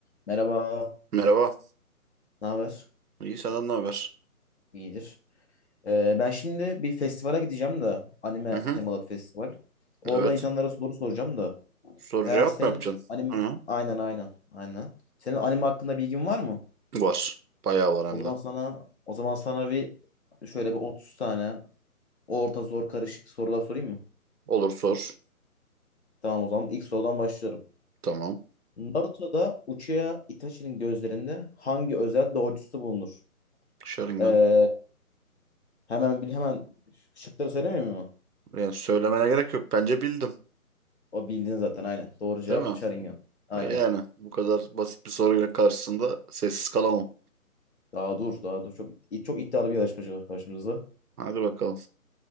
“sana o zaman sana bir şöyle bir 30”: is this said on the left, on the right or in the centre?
Left